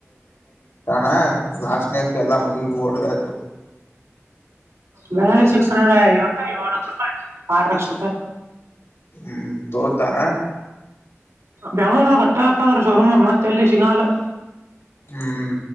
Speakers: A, on the left; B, on the right.
A: ನ ಲಸ್ಟ್ ನ ಕಲ್ಲ ಮು ಓಡಯ.
B: ಬೆನಾಲಿ ಸಿಕ್ಸ್ ಹಂಡ್ರೆಡ್ ಟ ಏಳು ಲಕ್ಷ ರೂಪಾಯಿ ಆರು ಲಕ್ಷ ರೂಪಾಯಿ.
A: ಹ್ಮ್ ತೋತಾರ.
B: ಬೆಂಗಂಳೂರ್ದ ಕಟ್ಟಪ್ಪ ಅ್ರ ಶೋರೂಮ್ ಮತ್ತೆ ಎಲ್ಲಿ ಶಿಂಗಾಲ.
A: ಹ್ಮ್.